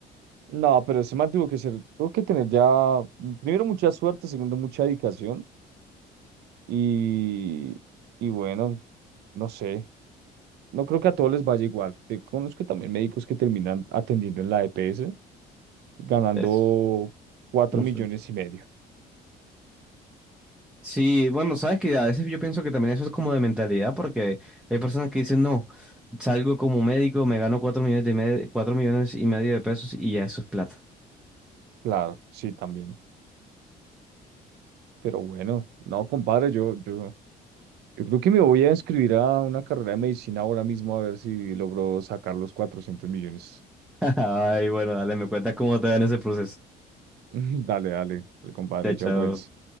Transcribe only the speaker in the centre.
Es
un
sueldo.
Sí, bueno, sabes que a veces yo pienso que también eso es como de mentalidad, porque hay personas que dicen, no, salgo como médico, me gano cuatro millones de me- cuatro millones y medio de pesos y ya eso es plata.
<laughs> Ay, bueno, dale, me cuentas cómo te va en ese proceso.
Chao. chao.